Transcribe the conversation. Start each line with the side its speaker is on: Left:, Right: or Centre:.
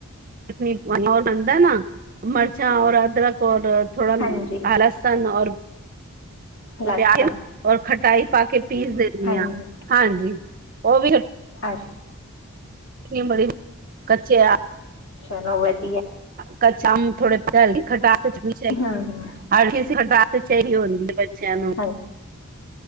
Right: ਚਟਨੀ ਬਣਾਉਣ ਆਂਦਾ ਨਾ ਮਰਚ ਚਾ ਔਰ ਅਦਰਕ, ਔਰ ਥੋੜਾ
Left: ਹਾਂਜੀ
Right: ਲੱਸਨ ਔਰ
Left: ਲਸਣ
Right: ਪਿਆਜ਼ ਔਰ ਖਟਾਈ ਪਾ ਕੇ ਪੀਸ ਦਿੰਨੀ
Left: ਹਾਂਜੀ
Right: ਆਂ, ਹਾਂਜੀ ਉਹ ਵੀ
Left: ਅੱਛ
Right: ਨੀ ਬੜੀ ਕੱਚੇ ਆ।
Left: ਚਲੋ ਵਧੀ
Right: ਕੱਚਾ ਅੰਬ ਥੋੜੇ ਤੇ ਹੈ ਵੀ ਖਟਾ ਕੁਟਣੀ ਚਾਹੀਦੀ
Left: ਹਮ ਹਮ
Right: ਹਾਰ ਕੇ ਅਸੀਂ ਹਟਾ ਕਚਿਹਰੀ ਹੁੰਦੀ ਹੈ। ਚੱਲੋ
Left: ਹਾਂ